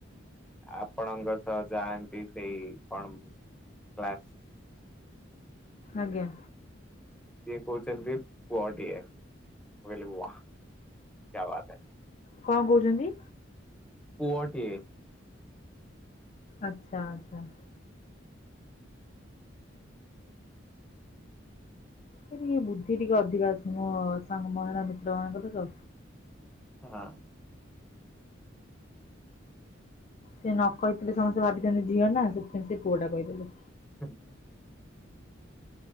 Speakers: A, in the centre; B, on the left (about 35°).
A: ଆପଣଙ୍କ ସହ ଯାଆନ୍ତି ସେଇ କଣ କ୍ଲାସ।
B: ଆଜ୍ଞା।
A: ସିଏ କହୁଛନ୍ତି ପୁଅଟିଏ। ମୁଁ କହିଲି ୱା କ୍ୟା ବାାତ ହେ।
B: କଣ କହୁଛନ୍ତି?
A: ପୁଅଟିଏ।
B: ଆଚ୍ଛା ଆଚ୍ଛା। ସେ ଟିକେ ବୁଦ୍ଧି ଟିକେ ଅଧିକା ଅଛି ମୋ ସାଙ୍ଗ ମହିଳା ମିତ୍ର ମାନଙ୍କର ତ।
A: ହଁ।
B: ସେ ନ କହିଥିଲେ ସମସ୍ତେ ଭାବିଥାନ୍ତେ ଝିଅ ନା। ସେଥିପାଇଁ ସେ ପୁଅଟା କହିଦେଲେ।
A: <inaudible>